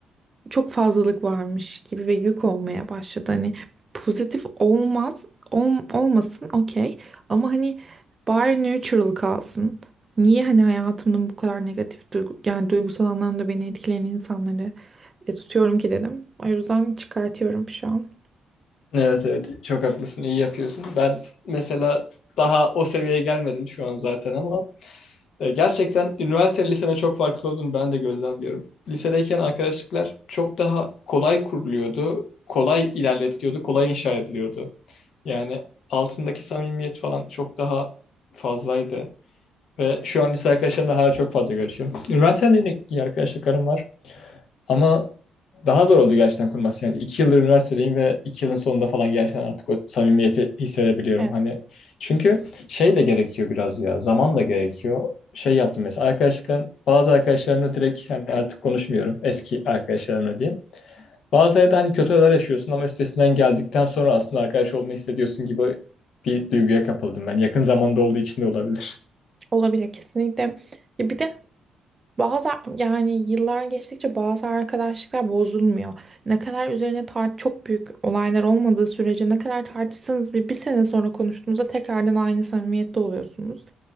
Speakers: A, on the right; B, on the left.
A: çok fazlalık varmış gibi ve yük olmaya başladı. Hani pozitif olmaz, ol- olmasın okey ama hani bari neutral kalsın. Niye hani hayatımın bu kadar negatif duygu, yani duygusal anlamda beni etkileyen insanları e, tutuyorum ki dedim. O yüzden çıkartıyorum şu an.
B: Evet evet, çok haklısın, iyi yapıyorsun. Ben mesela daha o seviyeye gelmedim şu an zaten ama e, gerçekten üniversite lisede çok farklı olduğunu ben de gözlemliyorum. Lisedeyken arkadaşlıklar çok daha kolay kuruluyordu, kolay ilerletiliyordu, kolay inşa ediliyordu. Yani altındaki samimiyet falan çok daha fazlaydı. Ve şu an lise arkadaşlarımla hala çok fazla görüşüyorum. Üniversitede yine iyi arkadaşlıklarım var. Ama daha zor oldu gerçekten kurması. Yani iki yıldır üniversitedeyim ve iki yılın sonunda falan gerçekten artık o samimiyeti hissedebiliyorum.
A: Evet.
B: Hani çünkü şey de gerekiyor biraz ya. Zaman da gerekiyor. Şey yaptım mesela arkadaşlıklarım, bazı arkadaşlarımla direkt hani artık konuşmuyorum. Eski arkadaşlarımla diyeyim. Bazı yerde hani kötü olaylar yaşıyorsun ama üstesinden geldikten sonra aslında arkadaş olduğunu hissediyorsun gibi bir duyguya kapıldım ben. Yakın zamanda olduğu için de olabilir.
A: Olabilir kesinlikle. Ya bir de Bazı yani yıllar geçtikçe bazı arkadaşlıklar bozulmuyor. Ne kadar üzerine tart çok büyük olaylar olmadığı sürece ne kadar tartışsanız bir, bir sene sonra konuştuğunuzda tekrardan aynı samimiyette oluyorsunuz.